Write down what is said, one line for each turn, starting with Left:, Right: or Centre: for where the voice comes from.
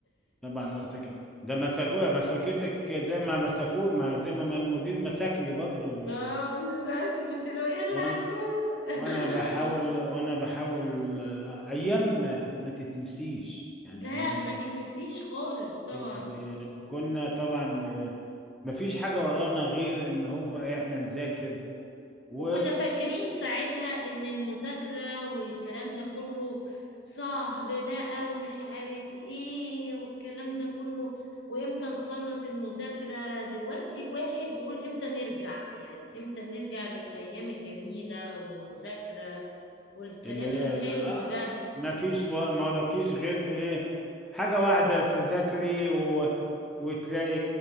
Centre: طبعا مسك ده مسكوها مسكتك زي ما مسكوه ما زي ما ما المدير مسكني برضو
Left: اه بالظبط بس لو يلا
Centre: وانا
Left: على فوق
Centre: وانا بحاول وانا بحاول آه، ايام ما, ما تتنسيش يعني
Left: <laughs> لا
Centre: ايام ما-
Left: ما تتنسيش خالص طبعا
Centre: يعني كنا طبعا آه، ما فيش حاجة ورانا غير ان هو إيه، احنا نذاكر و
Left: وكنا فاكرين ساعتها ان المذاكرة والكلام ده كله صعب بقى ومش عارف ايه والكلام ده كله وامتى نخلص المذاكرة دلوقتي الواحد يقول امتى نرجع يعني امتى نرجع للأيام الجميلة والمذاكرة والكلام
Centre: اللي هي
Left: الحلو
Centre: ال- آه
Left: ده
Centre: ما فيش و- ما وراكيش غير ايه حاجة واحدة تذاكري و... وتلاقي